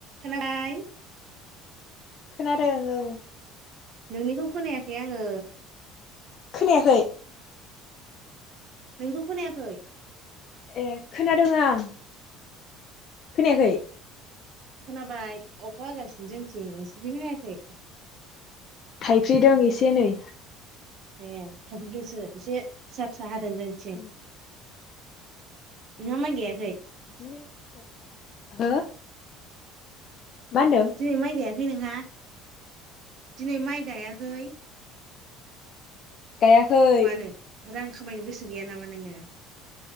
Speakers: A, on the right (about 50°); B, on the left (about 40°).
A: खोनाबाय।
B: खोनादों औ।
A: नोंनिखौ खोनायाखै आङो।
B: खोनायाखै?
A: नोंखौ खोनायाखै?
B: ए खोनादों आं। खोनायाखै
A: खोनाबाय अखा हागासिनो जोंथिं नोंसिनथिं खोनायाखै
B: थाइफ्रिदों एसे नै
A: ए थायफ्रिदोंसो एसे फिसा फिसा हाद दों जोंथिं
B: बिदिनो
A: नवाव माय गायाखै?
B: दिनो फिसा फिसा हो मा होनदों
A: जाय माइ गाया खै नोंहा दिनै माइ गायाखै
B: गायाखै
A: मानो रां खामायनो गोसो गैया नामा नोङो?